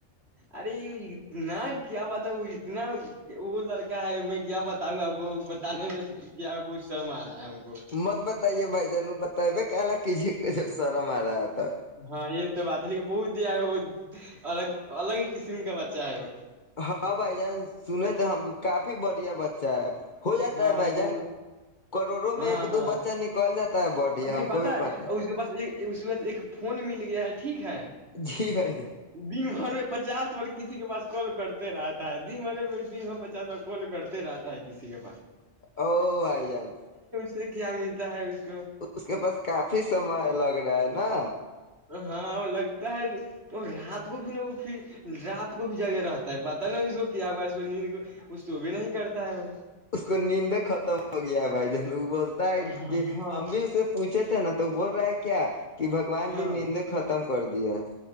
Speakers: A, on the right; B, on the left.
A: ارے اتنا کیا بتا اتنا وہ لڑکا ہے میں کیا بتاؤں گا آپ کو بتانے میں کیا کو شرم آ رہا ہے کو
B: مت بتائیے بھائی جان بتا ب ک ک جی سرم م رہا تھا
A: ہاں یہ تو بتلی میں بہت ہے وہ الگ الگ ہی قسم کا بچہ ہے وہ
B: ہاں بھائی جان سنے تو ہم کافی بڑے بچا ہے ہو جاتا
A: ہاں
B: ہے بھائی
A: وہ
B: جان کروڑوں
A: ہاں
B: میں ایک
A: ہاں
B: دو بچہ نکال جاتا ہے بڑھیا
A: بھائی
B: ہم
A: بت
B: کو بھی
A: ہے
B: پتا
A: اور اس کے پاس ایک اس بد ایک فون مل گیا ہے ٹھیک ہے
B: جی بھائی جان
A: ب <unintelligible> گھر میں پچاس بار کسی کے پاس کال کرتے رہتا ہے دن بھرے د ب پچاس بار کال کرتے رہتا ہے کسی کے پاس
B: او بھائی جان
A: تو کیا ہم تا ہے اس کو
B: اس کے پاس کافی سمے لگ رہا ہے نا
A: ہاں وہ لگتا ہے وہ رات کو بھی رات کو بھی جگہ رہتا ہے پتا ن اس کو کیا ہوا ہے اس کو نیند کو اس تو بھی نہیں کرتا ہے وہ
B: اس کو نیند ختم ہو گیا ہے بھائی جلو بولتا ہے کہ
A: ہاں
B: ہم بھی اس سے پوچھے تھے نا تو بول رہا ہے کیا کہ بگوان
A: ہاں
B: جی نیند ختم کر دیا